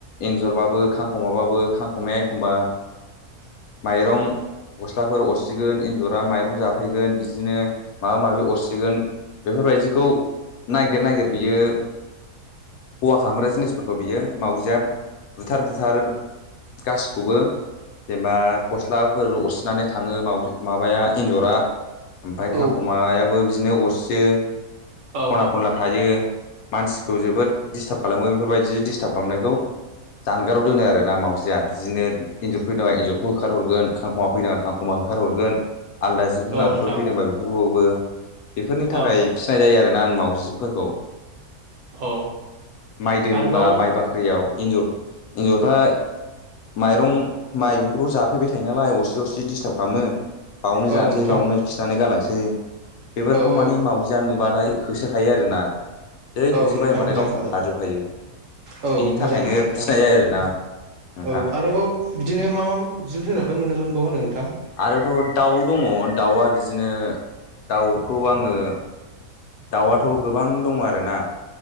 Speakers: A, on the left (about 75°); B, on the right (about 65°).
A: एन्जरबाबो खांख'माबाबो खांख'माया एखमबा
B: <inaudible>
A: माइरं गस्लाफोर अरसिगोन एन्जरा माइरं जाफैगोन बिदिनो माबा माबि अरसिगोन बेफोरबायदिखौ नागिर नागिर बियो खवा खालामामग्रा जिनिसफोरखौ बियो मावजिया बुथार बुथार गासिखौबो जेनेबा गस्लाफोर अरसिनानै थाङो माबाया एन्जरा ओमफ्राय
B: औ
A: खांख'मायाबो बिदिनो अरसियो
B: अ
A: खना खनला थायो मानसिखौ जोबोद दिस थाब खालामो बेफोरबायदि दिस्टार्ब खालामनायखौ जानगाराव दोनो आरो ना मावजिया । बिदिनो इन्जर फैदा एन्जरखौ होखार हरगोन खांखमा फैदों खांख'मा होखारहरगोन । आलदा जिब
B: औ
A: जुनारफोर
B: नोंथां
A: फैदोंबा बेफोरफोरखौावबो बेफोरनि थाखाय
B: औ
A: फिसिनाय जायो आरोोना आं मावउजिफोरखौ
B: औ
A: माइ दोनबा
B: आरोबाव
A: माइ बाख्रियाव एन्जर एन्जरफ्रा माइरं माइ बेफोरखौ जाफैबाय थायो नालाय अरसे अरसे दिडिस्थार्ब खालामो बावनो जानोसै
B: औ नोंथां
A: बावनो खिनानै गालांसै बेफोरखौ
B: औ औ
A: मानिे मावजिया नुबाथाय होसोखायो आरोोना जै
B: औ
A: होसोबाय
B: नोंथां
A: होनबाथाय
B: मोजां
A: गावसोरनो
B: होनबालाय
A: खारजोबखायो बिनि
B: औ मोजां
A: थाखायनो
B: होनबा नोंथां
A: फिनाय जायो आरोना नोंथां
B: औ आरोबाव बिदिनो मा मा जिब जुनारफोर नुनो मोनबाव होनदों नोंथां
A: आरोथ' दाउ दङ दाउआ बिदिनो दाउखौ आङो दाउआथ' गोबां दङ आरोना